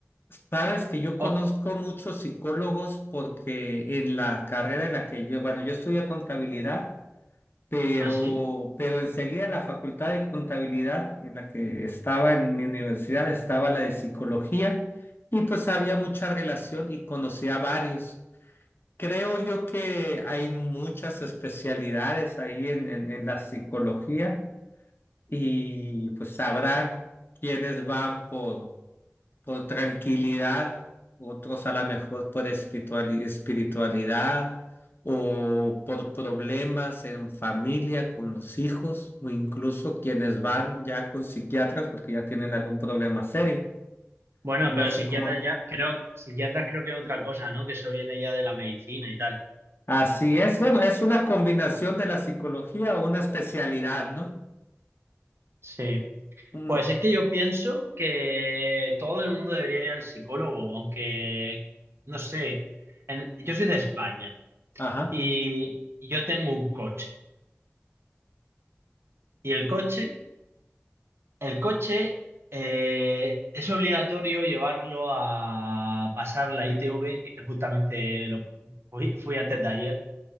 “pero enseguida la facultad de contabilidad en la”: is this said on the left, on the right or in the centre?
Left